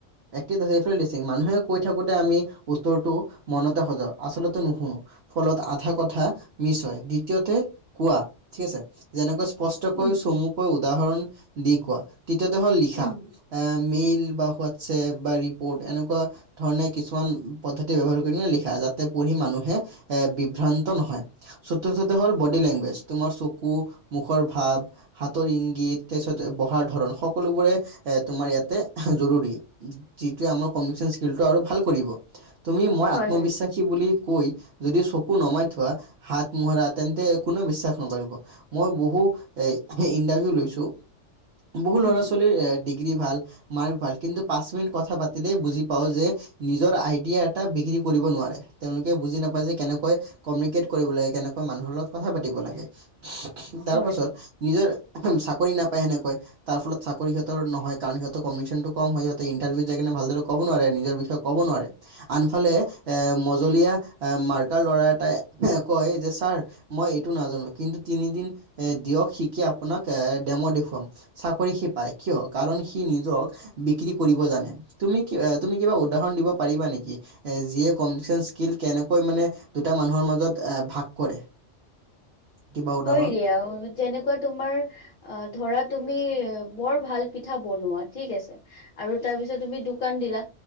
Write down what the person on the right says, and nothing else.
এক্টিভ <unintelligible> মানুহে কৈ থাকোঁতে আমি উত্তৰটো মনতে সজাওঁ, আচলতে নুশুনো, ফলত আধা কথা নিশ্চয়, দ্বিতীয়তে কোৱা ঠিক আছে, যেনেকৈ স্পষ্টকৈ
চমুকৈ উদাহৰণ দি কোৱা। তৃতীয়তে হ'ল লিখা
এ মেইল বা হোৱাটছএপ বা ৰিপৰ্ট এনেকুৱা ধৰণে কিছুমান পদ্ধতি ব্যৱহাৰ কৰিনে লিখা, যাতে পঢ়ি মানুহে এ বিভ্ৰান্ত নহয়। চতুৰ্থতে হ'ল বডী লেংগুৱেজ। তোমাৰ চকু, মুখৰ ভাৱ, হাতৰ ইংগিত, তাৰপিছত বহাৰ ধৰণ সকলোবোৰে এ, তোমাৰ ইয়াতে জৰুৰী, যিটোৱে আমাৰ কমিউনিকেশ্যন স্কিলটো আৰু ভাল কৰিব। তুমি মই
আত্মবিশ্বাস
কি বুলি কৈ যদি চকু নমাই থোৱা, হাত মোহৰা তেন্তে কোনে বিশ্বাস নকৰিব। মই বহু এই-সেই ইণ্টাৰভিউ লৈছো। বহু
ল'ৰা-ছোৱালীৰ
এ ডিগ্ৰী ভাল, মাৰ্ক ভাল, কিন্তু পাঁচ মিনিট কথা পাতিলেই বুজি পাওঁ যে নিজৰ আইডিয়া এটা বিক্ৰী কৰিব নোৱাৰে, তেওঁলোকে বুজি নাপায় যে কেনেকৈ কমিউনিকেট কৰিব লাগে, কেনেকৈ মানুহৰ লগত কথা পাতিব লাগে। তাৰ
পাছত নিজৰ, চাকৰি নাপায় সেনেকৈ। তাৰ ফলত চাকৰি সিহঁতৰ নহয়, কাৰণ সিহঁতক কমিচেনটো কম হয়, সিহঁতে ইন্টাৰভিউত যায় কেনে ভালদৰে ক'ব নোৱাৰে, নিজৰ বিষয়ে ক'ব নোৱাৰে। আনফালে এ' মজলীয়া মাৰ্কাৰ ল'ৰা এটাই কয় যে ছাৰ মই এইটো নাজানো, কিন্তু তিনিদিন এ' দিয়ক শিকি আপোনাক এ' ডেমো দেখুৱাম। চাকৰি সি পায় কিয়? কাৰণ সি নিজক বিক্ৰী কৰিব জানে, তুমি তুমি কিবা উদাহৰণ দিব পাৰিবা নেকি? যিয়ে কমিউনিকেশ্যন স্কিল কেনেকৈ মানে দুটা মানুহৰ মাজত ভাগ কৰে? কিবা উদাহৰণ